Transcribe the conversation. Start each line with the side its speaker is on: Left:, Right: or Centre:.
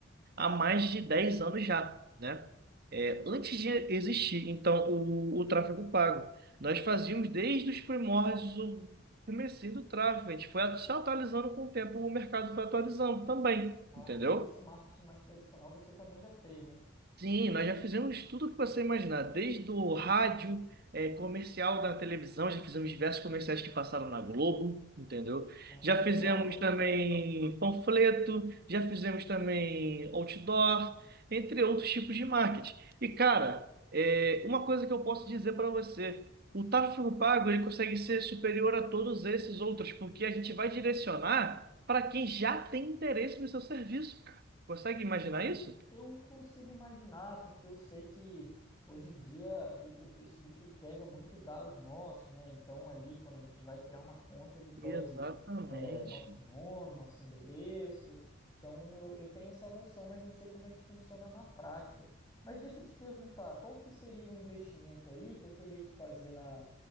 Right: há mais de 10 anos já, né? É, antes de existir, então, o, o tráfego pago. Nós fazíamos desde os primórdios o comecinho do tráfego. A gente foi se atualizando com o tempo, o mercado foi atualizando também,
Left: Ah,
Right: entendeu?
Left: então esse marketing mais tradicional você também já fez, né?
Right: Sim, nós já fizemos tudo que você imaginar, desde o rádio, eh, comercial da televisão, já fizemos diversos comerciais que passaram na Globo, entendeu?
Left: Ah,
Right: Já
Left: legal,
Right: fizemos
Left: legal.
Right: também panfleto, já fizemos também outdoor, entre outros tipos de marketing. E, cara, eh, uma coisa que eu posso dizer para você, o tráfego pago ele consegue ser superior a todos esses outros, porque a gente vai direcionar para quem já tem interesse no seu serviço, cara. Consegue imaginar isso?
Left: Eu consigo imaginar, porque eu sei que hoje em dia o, o Facebook ele pega muitos dados nossos, né? Então ali quando a gente vai criar uma conta, ele pede
Right: Exatamente.
Left: é, nosso nome, nosso endereço. Então eu, eu tenho essa noção, mas não sei como é que funciona na prática. Mas deixa eu te perguntar, qual que seria o investimento ali que eu teria que fazer na,